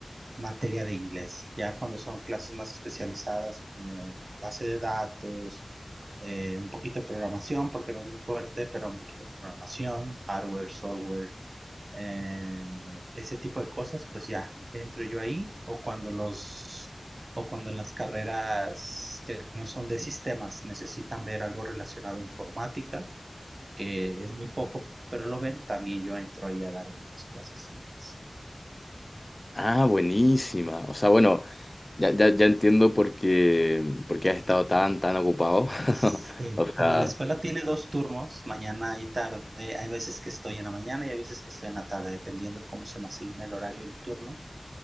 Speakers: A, on the right; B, on the left.
A: materia de inglés. Ya cuando son clases más especializadas como base de datos, eh, un poquito de programación, porque no es muy fuerte, pero un poquito de programación, hardware, software, eh, ese tipo de cosas, pues ya entro yo ahí o cuando los... o cuando en las carreras que no son de sistemas necesitan ver algo relacionado a informática, que es muy poco, pero lo ven, también yo entro ahí a dar mis clasecitas.
B: Ah, buenísima. O sea, bueno, ya, ya, ya entiendo por qué, por qué has estado tan, tan ocupado. <laughs>
A: Sí,
B: O sea,
A: como la escuela tiene dos turnos, mañana y tarde, hay veces que estoy en la mañana y hay veces que estoy en la tarde, dependiendo cómo se me asigne el horario y el turno.